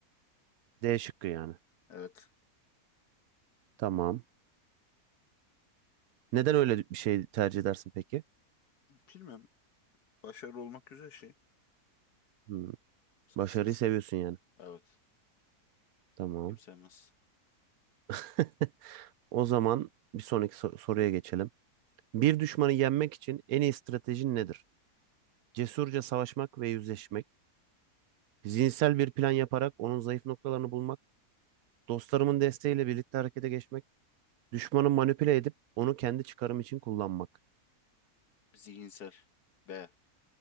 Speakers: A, on the right (about 75°); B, on the left (about 85°).
A: D şıkkı yani.
B: Evet.
A: Tamam. Neden öyle bir şey tercih edersin peki?
B: Bilmem. Başarılı olmak güzel şey.
A: Hmm,
B: Successful.
A: Başarıyı seviyorsun yani.
B: Evet.
A: Tamam.
B: Kim sevmez.
A: <laughs> O zaman bir sonraki so- soruya geçelim. Bir düşmanı yenmek için en iyi stratejin nedir? Cesurca savaşmak ve yüzleşmek, zihinsel bir plan yaparak onun zayıf noktalarını bulmak, dostlarımın desteğiyle birlikte harekete geçmek, düşmanı manipüle edip onu kendi çıkarım için kullanmak.
B: Zihinsel. B.